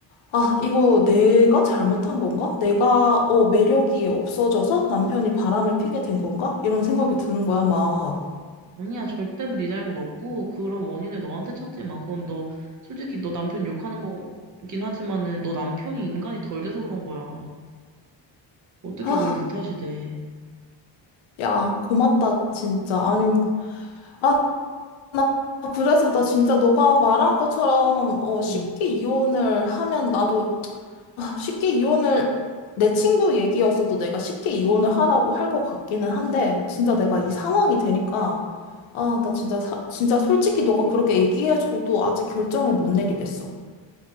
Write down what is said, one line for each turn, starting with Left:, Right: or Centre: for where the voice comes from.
Left: 아, 이거 내가 잘못한 건가? 내가, 어, 매력이 없어져서 남편이 바람을 피게 된 건가? 이런 생각이 드는 거야, 막.
Right: 아니야, 절대로 네 잘못 없고, 그런 원인을 너한테 찾지 마. 그건 너, 솔직히 너 남편 욕하는 거긴 하지만은, 너 남편이 인간이 덜 돼서 그런 거야. 어떻게
Left: 아,
Right: 그게 네 탓이 돼.
Left: 야, 고맙다, 진짜. 아니,
Right: 음.
Left: 아, 나 그래서 나 진짜 너가 말한 것처럼, 어, 쉽게
Right: 음.
Left: 이혼을 하면 나도 아, 쉽게 이혼을 내 친구 얘기였어도 내가 쉽게 이혼을 하라고 할 것 같기는 한데 진짜
Right: 음,
Left: 내가 이 상황이 되니까 아, 나 진짜 사- 진짜 솔직히 너가 그렇게 얘기해줘도 아직 결정을 못 내리겠어.